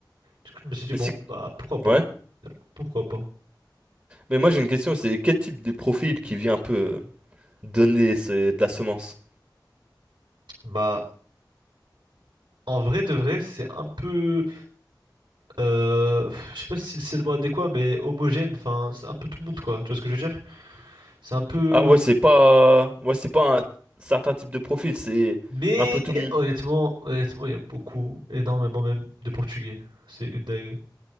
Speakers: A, on the right (about 75°); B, on the right (about 30°).
A: Du coup, je me suis dit,
B: Mais
A: bon,
B: c'est
A: bah, pourquoi pas?
B: ouais.
A: Pourquoi pas?
B: Mais moi j'ai une question, c'est quel type de profil qui vient un peu euh, donner ce- de la semence?
A: Bah, en vrai de vrai, c'est un peu, euh, je sais pas si c'est le mot adéquat, mais homogène, enfin, c'est un peu tout le monde, quoi. Tu vois ce que je veux dire? C'est un peu...
B: Ah ouais, c'est pas ouais, c'est pas un certain type de profil, c'est
A: Mais,
B: un peu tout le monde.
A: honnêtement, honnêtement, il y a beaucoup, énormément même, de Portugais. C'est une dingue.